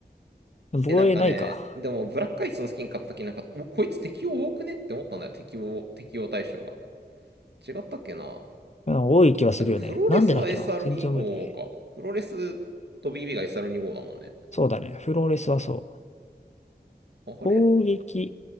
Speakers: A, on the left; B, on the right.
A: 防衛ないか。
B: え、なんかね、でも、ブラックアイスのスキン買った時なんか、おこいつ適応多くねって思ったんだよ。適応、適応対象が。違ったっけな
A: うん多い気はするよね。
B: あ、でもフローレスは
A: なんでだっけな全然覚えてない。
B: SR25 か。フローレスと BB が SR25 だもんね。
A: そうだね。フローレスはそう。
B: あれ
A: 攻撃、